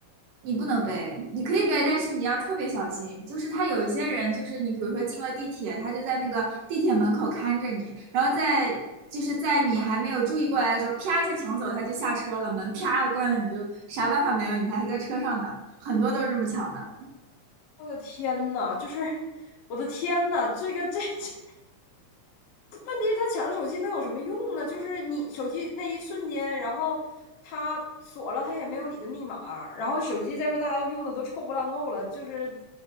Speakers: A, on the right; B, on the left.
A: 你不能背，你可以背，但是你要特别小心。就是他有一些人，就是你比如说进了地铁，他就在那个地铁门口看着你，然后在就是在你还没有注意过来的时候，啪一下抢走，他就下车了，门啪的关了，你就啥办法没有，你还还在车上呢。很多都是这么抢的。
B: 我的天呐，就是我的天呐，这个这这，<laughs> 问题是他抢了手机能有什么用呢？就是你手机那一瞬间，然后他锁了，他也没有你的密码，然后手机再说大家都用的都臭不烂够了，就是